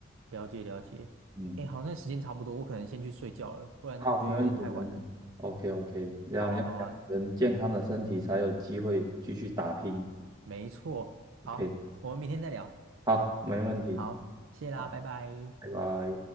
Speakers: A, on the right; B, on the right.
A: 了解了解。
B: 嗯
A: 哎，好，那时间差不多，我可能先去睡觉了，不然我觉得有点太晚了。
B: 好，没问题，没问题。，OK OK，这样要养成健康的身体，
A: 好啊，好啊，
B: 才有机会继续打拼。
A: 没错。好，
B: OK，
A: 我们明天再聊。
B: 好，没问题。
A: 好，谢啦，
B: 好，
A: 拜拜。
B: 拜拜。